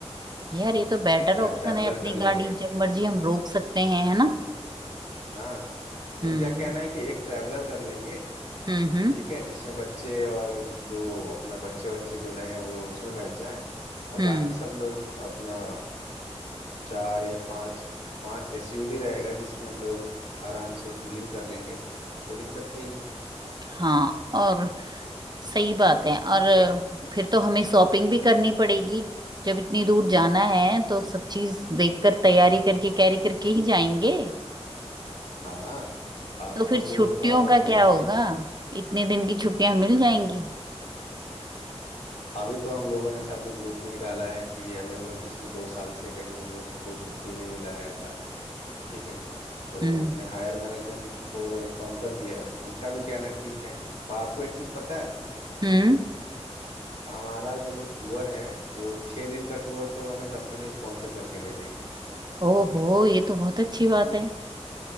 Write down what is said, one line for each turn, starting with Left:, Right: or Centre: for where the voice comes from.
Right: यार ये तो बेटर
Left: या
Right: ऑप्शन
Left: ट्रैवलर
Right: है अपनी
Left: कर लेंगे
Right: गाड़ी जब मर्जी हम रोक सकते हैं है ना
Left: हाँ
Right: हम्म
Left: उनका कहना है कि एक ट्रैवलर कर लेंगे
Right: हम्म हम्म
Left: ठीक है जिसमें बच्चे और जो अपना बच्चे बच्चे जो रहे वो उसमें बैठ जाएं और
Right: हम्म
Left: बाकी सब लोग अपना चार या पांच पांच एसयूवी रहेगा जिसमें हम लोग आराम से पूलिंग कर लेंगे कोई दिक्कत नहीं
Right: हाँ और सही बात है और
Left: है
Right: फिर तो हमें शॉपिंग भी करनी पड़ेगी जब इतनी दूर जाना है तो सब चीज देखकर तैयारी करके कैरी करके ही जाएंगे
Left: हाँ आपको
Right: तो फिर
Left: तो
Right: छुट्टियों
Left: वो थोड़ा बहुत
Right: का
Left: देखना
Right: क्या होगा
Left: ही होगा
Right: इतने दिन की छुट्टियां मिल जाएंगी
Left: अभी तो हम लोगों ने सबने ग्रुप में ही डाला है कि अभी हम लोग पिछले दो साल से कहीं हम लोग को कोई छुट्टी नहीं मिला है ऐसा ठीक है तो
Right: हम्म
Left: हमने हायर मैनेजमेंट को तो इन्फॉर्म कर दिया है उनका भी कहना ठीक है और आपको एक चीज पता है
Right: हम्म
Left: हमारा जो टूर है वो छह दिन का टूर तो हमें कंपनी स्पॉन्सर करके दे रही
Right: ओहो
Left: है <laughs>
Right: ये तो बहुत अच्छी बात है